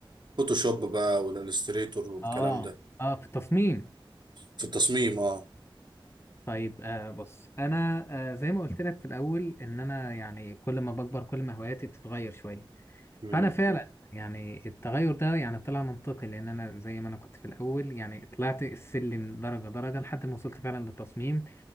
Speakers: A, on the right; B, on the left.
A: فوتوشوب بقى والالستريتور والكلام
B: اه
A: ده
B: اه في التصميم
A: في التصميم اه
B: طيب آه بص انا آه زي ما قلت لك في الاول ان انا يعني كل ما بكبر كل ما هواياتي بتتغير شويه
A: مم.
B: فانا فعلا يعني التغير ده يعني طلع منطقي لان انا زي ما انا كنت في الاول يعني طلعت السلم درجه درجه لحد ما وصلت فعلا للتصميم